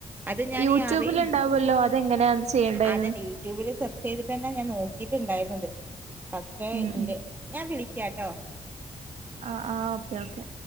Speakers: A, on the right; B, on the right.
A: അത് ഞാൻ
B: യൂട്യൂബിലുണ്ടാവല്ലോ
A: അറി
B: അതെങ്ങനെയാ ചെയ്യേണ്ടേന്ന്
A: അതന്നെ യൂട്യൂബിൽ സെർച്ച് ചെയ്തിട്ട് തന്നെ ഞാൻ നോ- കീ ട്ടുണ്ടായിരുന്നത് പക്ഷെ
B: ഉം
A: ഇന്റെ
B: ഉം
A: ഞാൻ വിളിക്കാട്ടോ
B: ആ ആ ഓക്കെ ഓക്കെ